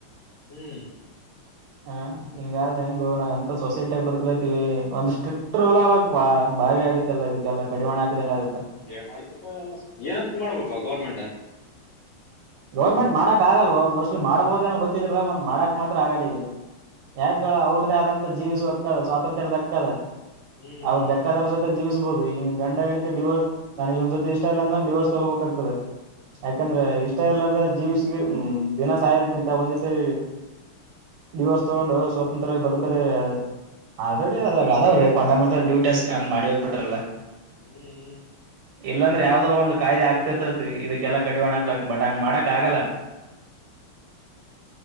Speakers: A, on the left (about 70°); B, on the right (about 80°).
A: ಹ್ಮ್
B: ಹ ಹಿಂಗಾದ್ರೆ ಹೆಂಗು ನಾವ್ ಎಂತ ಸೊಸೈಟಿಗ ಬದುಕಲೈತಿವಿ ಒಂದ್ ಸ್ಟ್ರಿಕ್ಟ್ ರೂಲ್ ಆಗ್ಬೇಕಕ್ಪ್ಪಾ ಭಾರಿ ಆಗುತ್ತೆಲ್ಲ ಇದಕ್ಕೆಲ್ಲ ಕಡಿವಾಣ ಹಾಕಿದಂಗ ಆಗುತ್ತೆ
A: ಏ ಮಾಡ್ತಿಪ್ಪ ಎಲ್ಲ ಏನಂತ ಮಾಡ್ಬೇಕ ಗೌರ್ಮೆಂಟ್
B: ಗೌರ್ಮೆಂಟ್ ಮಾಡಕ್ ಆಗಲ್ವ ಮೋಸ್ಟ್ ಮಾಡ್ಬೋದ ಏನ ಗೊತ್ತಿದ್ರಲ್ಲ ಮತ್ ಮಾಡಕ್ ಮಾತ್ರ ಆಗಲ್ಲ ಈಗ ಯಾಕ ಹೇಳೇಳ ಅವ್ರದ್ದೇ ಆದಂತ ಜೀವಿಸಕ್ಕದ ಸ್ವಾತಂತ್ರ್ಯದಕ್ಕದ
A: ಹ್ಮ್
B: ಅವ್ರು
A: ಹ್ಮ್
B: ಬೇಕಾದವ್ರ ಸೊತೆ ಜೀವ ಬಹುದು ಈಗ ನೀ ಗಂಡ ಹೆಂಡತಿ ಡಿವೋರ್ ನನಗವ್ ಜೊತೆ ಇಷ್ಟ ಇಲ್ಲ ಅಂದ ಡಿವೋರ್ಸ್ ತಗೋಬೇಕಾಗ್ತದೆ ಯಾಕಂದ್ರ ಇಷ್ಟ ಇರ್ಲಾರ್ರ ಜೀವ್ಸಗ ದಿನ ಸಾಯೋದಕ್ಕಿಂತ ಒಂದೇ ಸರಿ ಡಿವಾರ್ಸ್ ತಗೊಂಡು ಸ್ವಾತಂತ್ರ್ಯವಾಗಿ ಬದುಕದೇ ಆಲ್ರೆಡಿ ಅದ್ರಾಗ ಅದಾವ್ರೀ ಫಂಡೆಂಟಲ್ ಡೂಟಿ ಮಾಡಿ ಹೇಕ್ ಬಿಟ್ರಲ್ಲ
A: ಹ್ಮ್
B: ಇಲ್ಲಾಂದ್ರೆ
A: ಏನ್ ಮಾಡ
B: ಯಾವ್ದೋ ಒಂದು ಕಾಯ್ದೆ ಆಗ್ತಿತತಿ ಇದಕ್ಕೆ ಎಲ್ಲ ಕಡಿವಾಣಕ್ ಬಟ್ ಹಂಗ್ ಮಾಡಕಕ್ಗಲ್ಲ
A: <unintelligible>